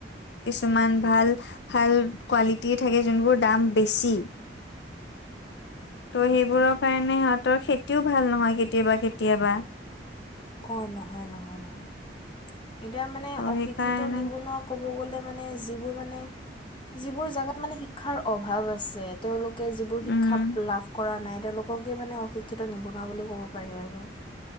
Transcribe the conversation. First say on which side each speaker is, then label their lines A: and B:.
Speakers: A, on the left; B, on the left.
A: কিছুমান ভাল ভাল কোৱালিটি থাকে যোনবোৰ দাম বেছি ত সেইবোৰৰ কাৰণে হেহতিৰ খেতিও ভাল নহয় কেতিয়াবা কেতিয়াবা।
B: অ নহয় নহয় নহয় এতিয়া মানে
A: ত'
B: অশিক্ষিত
A: সেইকাৰণে
B: নিবনুৱা, ক'ব গ'লে মানে যিবোৰ মানে যিবোৰ জেগাত মানে শিক্ষাৰ অভাৱ আছে তেওঁলোক, যিবোৰ শিক্ষা
A: উম
B: লাভ কৰা নাই তেওঁলোককে মানে অশিক্ষিত নিবনুৱা বুলি ক'ব পাৰি আৰু